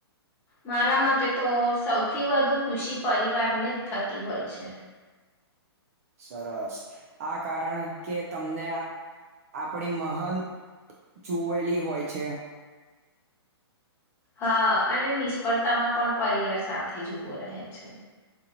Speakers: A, on the left; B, on the right.
A: મારા મતે તો સૌથી વધુ ખુશી પરિવારને જ થતી હોય છે.
B: સરસ આ કારણ કે તમને આપણી મહંત જોયલી હોય છે.
A: હા અને નિષ્ફળતામાં પણ પરિવાર સાથે જ ઉભો રહે છે.